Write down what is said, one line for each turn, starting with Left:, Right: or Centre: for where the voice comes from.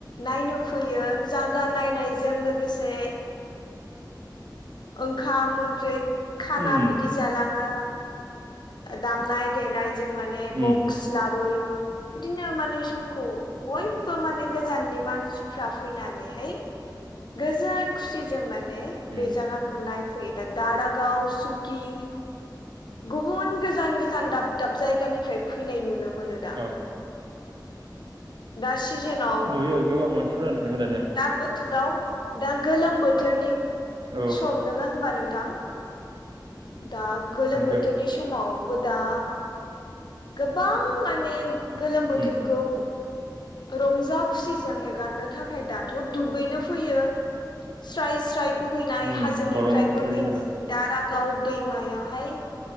Left: नायनो फैयो जा गा नायनायजों लोगोसे ओंखाम ओंख्रै खाना
Right: उम
Left: बिदि जालाङो दामनाय देनाय जों माने
Right: उम
Left: बक्स लाबोय बिदिनो मा ने समखौ बयबो माने गोजाननि मानसिफ्रा फैनानैहाय गोजोन खुसिजों माने बे
Right: उम
Left: जागाखौ नाय फैयो दा दारागाव सुखि गुबुन गोजान गोजान दाब दाब जायगानिफ्राय फैनाय नुनो मोनो दा।
Right: अ
Left: दा सिजेनाव
Right: नुयो गोबां मानसिफोरानो थाङो दानिया
Left: दा बोथोराव दा गोलोम बोथोरनि
Right: औ
Left: सम नोङा होनबा नोंथां? दा गोलोम
Right: नंगौ
Left: बोथोरनि समावबो दा गोबां माने गोलोम बोथोरखौ
Right: उम
Left: रंजा खुसिजों हेगारनो थाखाय दाथ' दुगैनो फैयो। स्राय स्राय बोहैनाय
Right: उम
Left: हाजोनिफ्राय
Right: गरम बोथोरनि
Left: बोहै
Right: जेनेबा
Left: दारागाव दैमायावहाय